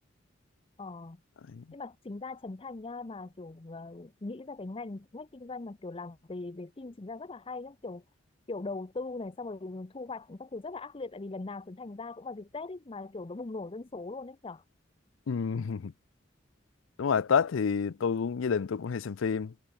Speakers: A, on the left; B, on the left.
A: ờ
B: Đấy.
A: nhưng mà chính ra Trấn Thành nha mà kiểu ờ, nghĩ ra cái ngành ngách kinh doanh mà kiểu làm về về phim chính ra rất là hay nhá kiểu kiểu đầu tư này xong rồi thu hoạch các thứ rất là ác liệt tại vì lần nào Trấn Thành ra cũng vào dịp Tết ấy mà kiểu nó bùng nổ dân số luôn ấy nhở
B: Ừm, <laughs> đúng rồi Tết thì tôi cũng gia đình tôi cũng hay xem phim